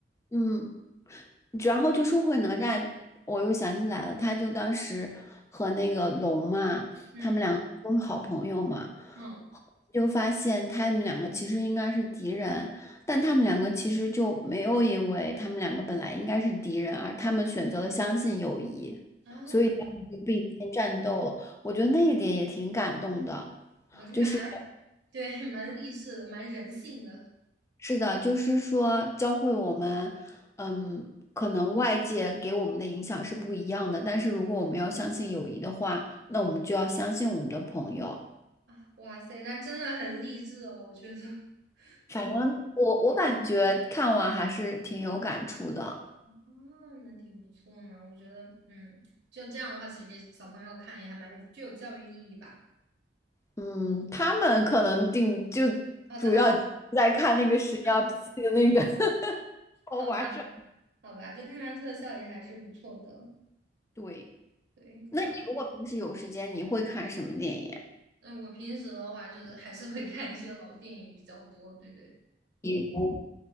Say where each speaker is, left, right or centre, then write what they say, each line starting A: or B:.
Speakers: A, on the left; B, on the right.
A: 嗯，然后就说回哪吒，我又想起来了，他就当时和那个龙嘛，
B: 嗯
A: 他们两个都是好朋友嘛。
B: 嗯
A: 就发现他们两个其实应该是敌人，但他们两个其实就没有因为他们两个本来应该是敌人，而他们选择了相信友谊，
B: 啊，
A: 所以他们就并肩战斗了我觉得那一点也挺感动的，
B: 我这还蛮。
A: 就是
B: 对，<laughs> 蛮励志的，蛮人性的
A: 是的，就是说教会我们，嗯，可能外界给我们的影响是不一样的，但是如果我们要相信友谊的话，那我们就要相信我们的朋友。
B: 啊！哇塞，那真的很励志哦，我觉得 <laughs> 真的
A: 反正我我感觉看完还是挺有感触的。
B: 啊，那挺不错呢。我觉得，嗯，就这样的话，其实给小朋友看也还蛮有具有教育意义吧。
A: 嗯，他们可能定就
B: 好的，
A: 主要在看那个屎尿屁的那个
B: 还看
A: <laughs> 豪华上
B: 好吧，好吧，就看看特效也还是不错的。
A: <laughs>。对，
B: 对，
A: 那你如果平时有时间，
B: 哇，
A: 你会看什么电影？
B: 那我平时的话就是还是会看一些老电影比较多。对对，比
A: 比如